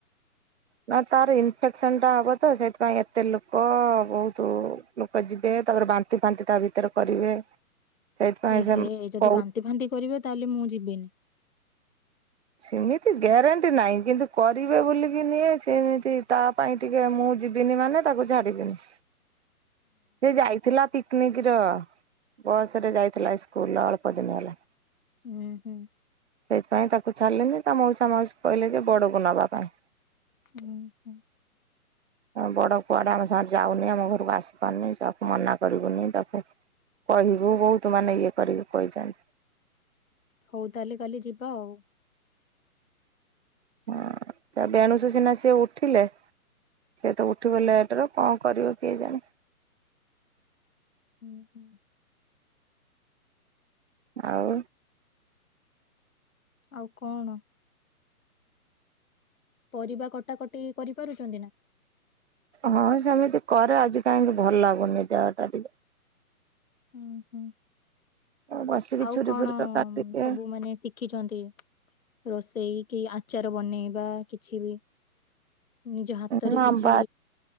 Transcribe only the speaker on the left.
ଏ
ହେ ଯଦି
ବାନ୍ତି ଫାନ୍ତି କରିବେ ତାହେଲେ ମୁଁ ଯିବିନି।
<inaudible> ଁ
ହୁଁ ହୁଁ।
<inaudible>
ହଉ ତାହେଲେ କାଲି ଯିବା ଆଉ।
ହୁଁ ହୁଁ।
ଆଉ କଣ? ପରିବା କଟାକଟି କରିପାରୁଛନ୍ତି ନା।
ହୁଁ ହୁଁ
ଆଉ
କଣ
ସବୁ ମାନେ ଶି ଶଖିଛନ୍ତି ରୋଷେଇ କି ଆଚାର ବନେଇବା କିଛି ବି ନିଜ ହାତରେ
କିଛି